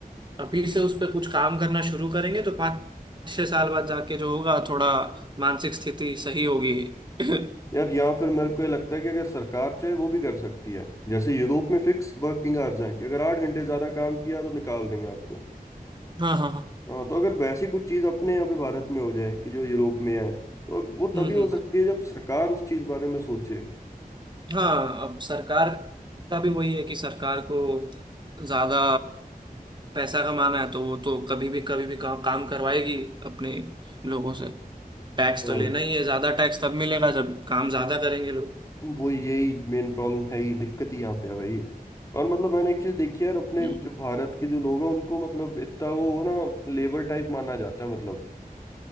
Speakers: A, on the right; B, on the left.
A: अभी से उस पर कुछ काम करना शुरू करेंगे तो पाँच छह साल बाद जाके जो होगा थोड़ा मानसिक स्थिति सही होगी <laughs>
B: यार यहाँ फिर मेरे को ये लगता है कि अगर सरकार चाहे वो भी कर सकती है जैसे यूरोप में फिक्स वर्किंग आवर्स हैं कि अगर आठ घंटे ज्यादा काम किया तो निकाल देंगे आपको
A: हाँ हाँ हाँ
B: हाँ तो अगर वैसी कुछ चीज अपने यहाँ पे भारत में हो जाए कि जो यूरोप में है तो वो
A: हम्म
B: तभी हो
A: हम्म
B: सकती है जब सरकार उस चीज बारे में सोचे
A: हाँ अब सरकार का भी वही है कि सरकार को ज्यादा पैसा कमाना है तो वो तो कभी भी कभी भी का, काम करवाएगी अपने लोगों से टैक्स
B: हाँ
A: तो लेना ही है ज्यादा टैक्स तब मिलेगा जब काम ज्यादा करेंगे लोग
B: वो यही मेन प्रॉब्लम है ही दिक्कत ही यहाँ पे है भाई और मतलब मैंने एक चीज देखी है यार अपने
A: हम्म,
B: जो भारत के जो लोग हैं उनको मतलब इतना वो ना लेबर टाइप माना जाता है मतलब